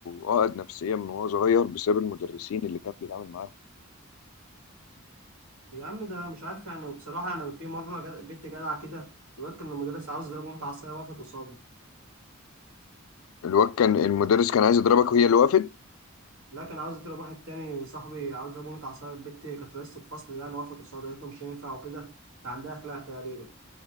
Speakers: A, on the left; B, on the right.
A: عقد نفسية من وهو صغير بسبب المدرسين اللي كان بيتعامل معاهم
B: يا عم ده مش عارف يعني وبصراحه انا في مره جد... بنت جدعه كده الواد كان المدرس عاوز يضربه متعصيه وقفت قصاده
A: الواد كان المدرس كان عايز يضربك وهي اللي وقفت
B: لا كان عاوز يضرب واحد تاني صاحبي عاوز يضربه متعة عصاية البت كانت رئيسة الفصل يعني وقفت قصاده قالت له مش هينفع وكده انت عندها أخلاق تقريبا